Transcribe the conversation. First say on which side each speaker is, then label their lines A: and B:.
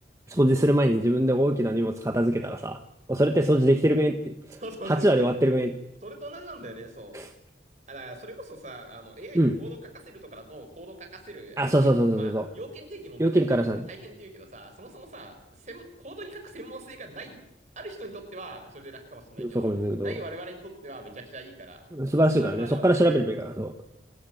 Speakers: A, on the right (about 15°); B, on the right (about 40°).
A: 掃除する前に自分で大きな荷物片付けたらさ、おそれって掃除できてるくねって。
B: そうそうそうそう。
A: 8割終わってるくねって。
B: それと同じなんだよね、そう。
A: <laughs>
B: あだからそれこそさ、あの、AI
A: うん。
B: にコード書かせるとかだと、コード書かせる、
A: あ、
B: あ要件、
A: そうそうそうそうそうそう。
B: まあ、要件定義もめちゃくちゃ重くて大変って言うけどさ、
A: 要件からさ、
B: そもそもさ、専門コードに書く専門性がない、ある人にとっては、それで楽かもしれないけど、
A: そうかもしれないけど、
B: ない我々にとってはめちゃくちゃいいから、
A: 素晴らしいからね。
B: まあ、そういうあれはあるかも。
A: そっから調べればいいから、そう。
B: そう